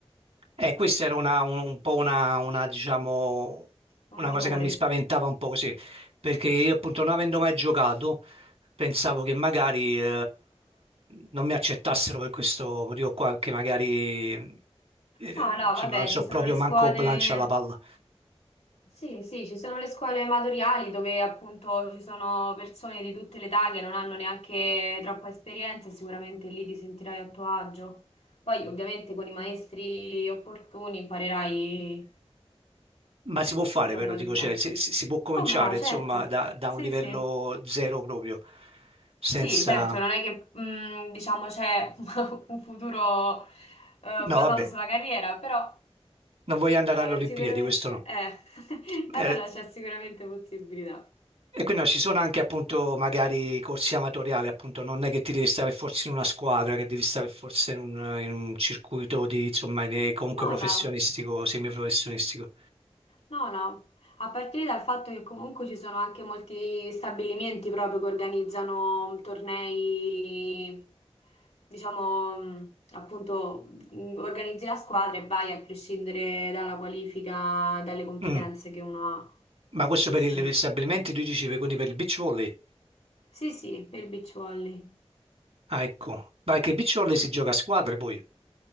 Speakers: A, on the right; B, on the left.
A: Eh, questa era una- un, un po' una, una, diciamo,
B: non
A: una
B: timore.
A: cosa che mi spaventava un po' così, perché io appunto non avendo mai giocato, pensavo che magari eh, non mi accettassero per questo motivo qua, che magari eh,
B: No, no,
A: insomma,
B: vabbè,
A: non so
B: ci
A: proprio
B: sono le
A: manco
B: scuole,
A: lancia la palla.
B: sì, sì, ci sono le scuole amatoriali dove appunto ci sono persone di tutte le età che non hanno neanche troppa esperienza, e sicuramente lì ti sentirai a tuo agio. Poi ovviamente con i maestri opportuni imparerai
A: Ma si può fare
B: diciamo,
A: però,
B: le
A: dico,
B: basi.
A: cioè, si, si- si può cominciare
B: Come no,
A: insomma
B: certo.
A: da, da
B: Sì,
A: un livello
B: sì.
A: zero proprio, senza...
B: Sì, certo, non è che, mm, diciamo, c'è <laughs> un futuro eh, basato
A: No, vabbè,
B: sulla carriera, però
A: non voglio andare
B: eh,
A: alle Olimpiadi,
B: sicuramente,
A: questo no.
B: eh, <laughs> allora
A: Eh,
B: c'è sicuramente possibilità.
A: E quindi no, ci sono anche appunto magari corsi amatoriali, appunto non è che ti devi stare forse in una squadra, che devi stare forse in un, in un circuito di, insomma, di- comunque
B: No,
A: professionistico,
B: no.
A: semiprofessionistico.
B: No, no, a partire dal fatto che comunque ci sono anche molti stabilimenti proprio che organizzano mm, tornei, diciamo, mh, appunto, mh, organizzi la squadra e vai a prescindere dalla qualifica, dalle competenze
A: Mm.
B: che uno ha.
A: Ma questo
B: Sì,
A: per
B: sì.
A: il- per gli stabilimenti, tu dicevi, quindi per il beach volley?
B: Sì, sì, per il beach volley.
A: Ah, ecco. Vai che il beach volley si gioca a squadre poi.